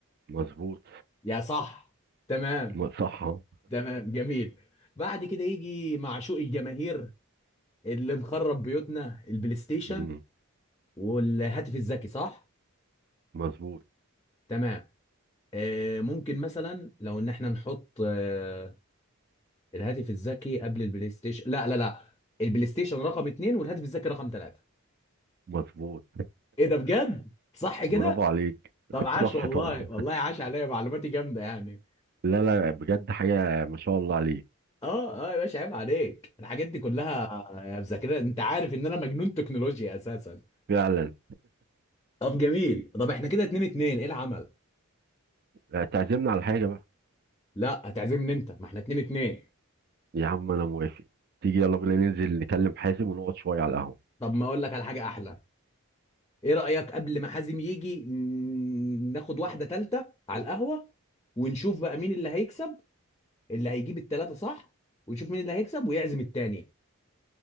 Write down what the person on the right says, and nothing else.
مظبوط
م- صح أهو.
مم.
مظبوط
مظبوط
برافو عليك <laughs>
صح
طبعا
لا لا بجد حاجه ما شاء الله عليك
فعلا
لا، تعزمنا على حاجه بقى
يا عم انا موافق تيجي يلا بينا ننزل نكلم حازم ونقعد شويه على القهوه